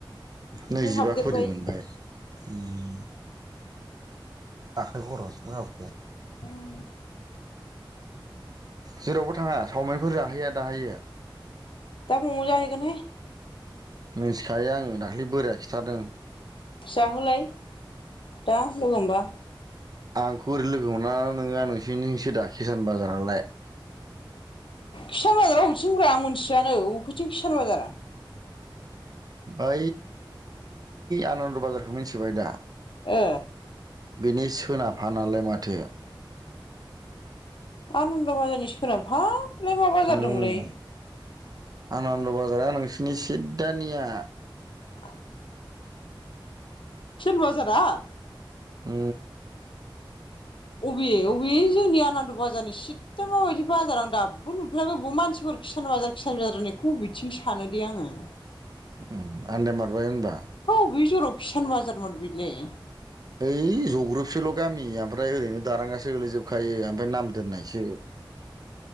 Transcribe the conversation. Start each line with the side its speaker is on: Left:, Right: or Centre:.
Left: इबो
Right: नैजिबा
Left: हाबदेरबाय
Right: खरि मोनबाय। उम आखाय खरस <unintelligible>
Left: उम
Right: जेरावबो थाङा चावमिनफोर जाहोया दाहोयो।
Left: दा म'म जाहैगोनहाय।
Right: मिथिखायो आङो दाखलि बोराया खिथादों।
Left: जाहोलाय दा लोगो हमबा।
Right: आंखौ ओरै लोगो मोनाना नोङो नोंसिनिसो दा कसान बाजारालाय।
Left: किसान बाजाराव हबथिंग्रा आं मिथिआानो उबेथिं किसान बाजारा।
Right: ऐ आनन्द बाजारखौ मिथिबाय दा
Left: ओ
Right: बिनि सोनाबफ नालाय माथो।
Left: आनन्द बाजारनि सोनाबहालै मा बाजार
Right: उम
Left: दंलै?
Right: आनन्द बाजारा नोंसोरनि सिद्दानिया ‌।
Left: आ सिल बाजारा।
Right: उ
Left: बबे बबे जोंनि आनन्द बाजारनि सिद दा माबायदि बाजार आं दाबो नुफेराखै बबाव मानसिफोर खिसान बाजार खिसान बाजार होननायखौब बिथिं सानोदै आङो।
Right: उम आन्दाय मारबाय होनबा?
Left: हा अबे जराव किसान बाजारमोन बिलाय।
Right: ओइ जग्रबसेल' गामि ओमफ्राय ओरैनो दारांगासो गोलैजोबखायो ओमफ्राय नाम दोननायसो। <inaudible>